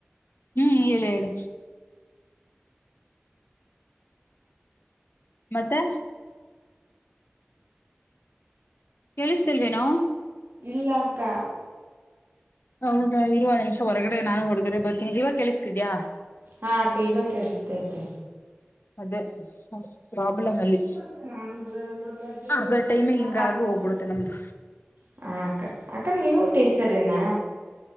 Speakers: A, on the left; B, on the right.
A: ಹೂ ಹೇಳು ಹೇಳು ಮತ್ತೆ ಕೇಳಿಸ್ತಿಲ್ವೇನೋ
B: ಇಲ್ಲಕ್ಕ
A: ಹೌದಾ ಇರುವ ನಿಮಿಷ ಹೊರಗಡೆ ನಾನು ಹೊರಗಡೆ ಬರ್ತೀನಿ ಇವಾಗ ಕೆಲಸಿದ್ಯಾಾ
B: ಹಾ ಅಕ್ಕ ಇವಾಗ ಕೇಳಿಸಸ್ತೈತೆ
A: ಅದೇ ಪ್ರಾಬ್ಲಮ್ ಅಲ್ಲಿ
B: ಹ
A: ಅರ್ಧ
B: ಕಸ
A: ಟೈಮೆ ಹಿಂಗಾಗಿ ಹೋಗ್ಬಿಡುತ್ತೆ ನಮ್ದು
B: ಹ ಅಕ್ಕ ಅಕ್ಕ ನೀವು ಟೀಚರ್ ನೆನ